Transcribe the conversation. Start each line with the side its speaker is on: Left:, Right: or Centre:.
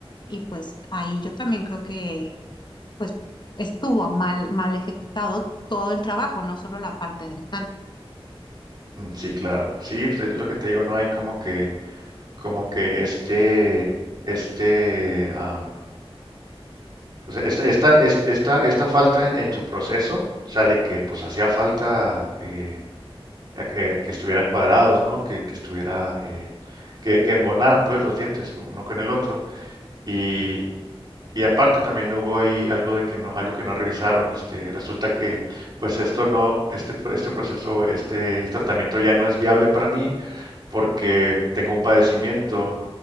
Left: y pues ahí yo también creo que pues estuvo mal, mal ejecutado todo el trabajo, no solo la parte dental.
Right: Mm, Sí, claro. Sí, pues, es lo que te digo, no hay como que, como que este, este, am, o sea, esta, esta, est- esta, esta falta en, en su proceso, o sea, de que pues hacía falta eh, a- eh, que estuvieran cuadrados, ¿no? Que, que estuviera, eh, que, que embonaran pues los dientes uno con el otro. Y, Y aparte también hubo ahí algo de que no, algo que no revisaron. Este, resulta que, pues esto no, este, este proceso, este, este tratamiento ya no es viable para mí porque tengo un padecimiento